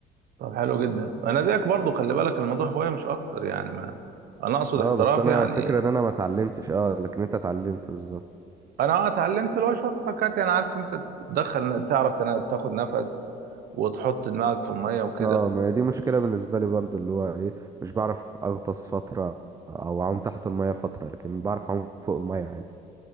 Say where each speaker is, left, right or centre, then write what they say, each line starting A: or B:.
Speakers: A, on the right; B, on the right.
A: طب حلو جدا انا زيك برضو خلي بالك الموضوع هواية مش اكتر يعني ما انا اقصد
B: اه
A: احتراف
B: بس انا
A: يعني
B: الفكره ان انا ما اتعلمتش اه لكن انت اتعلمت بالظبط
A: انا آه، اتعلمت اللي هو شوية حركات يعني عارف انت تدخل تعرف تنا- تاخد نفس وتحط دماغك في المية وكده
B: اه ما هي دي مشكله بالنسبه لي برضو اللي هو ايه مش بعرف اغطس فتره او اعوم تحت الميه فتره لكن بعرف اعوم فوق الميه عادي